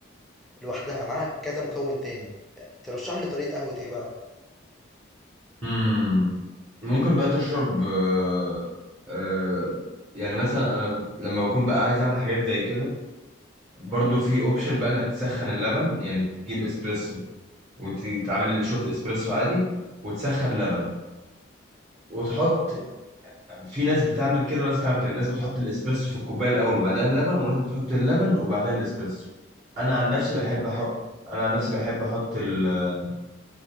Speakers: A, in the centre; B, on the right (about 35°).
A: لوحدها معاها كذا مكون تاني ترشح لي طريقة قهوة ايه بقى
B: امم ممكن بقى تشرب آه آه يعني مثلا انا لما بكون بقى عايز اعمل حاجات زي كده برضو في اوبشن بقى انك تسخن اللبن يعني تجيب اسبريسو وتعمل شوت اسبريسو عادي وتسخن لبن وتحط في ناس بتعمل كده وناس بتعمل كده الناس بتحط الاسبريسو في الكوبايه الاول وبعدها اللبن وناس بتحط اللبن وبعدها الاسبريسو انا
A: تمام
B: عن نفسي بحب احط انا عن نفسي بحب احط ال...